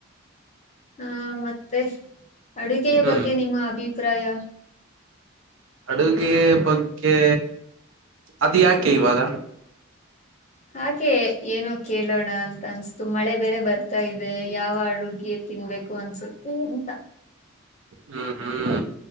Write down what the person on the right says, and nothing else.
ಹ್ಮ್
ಅಡುಗೆ ಬಗ್ಗೆ ಅದು ಯಾಕೆ ಇವಾಗ
ಹ್ಮ ಹ್ಮ್